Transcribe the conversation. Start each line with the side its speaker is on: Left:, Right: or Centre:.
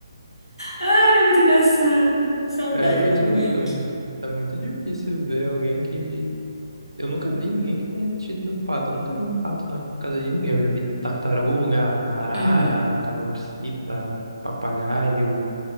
Left: Ah, era muito engraçado. Saudade
Right: É muito,
Left: do Quenk.
Right: é, mu- é muito difícil ver alguém que Eu nunca vi ninguém que tenha tido no pato. Eu nunca vi um pato na casa de ninguém. Eu já vi tartaruga, arara,
Left: Uhum,
Right: calopsita, papagaio,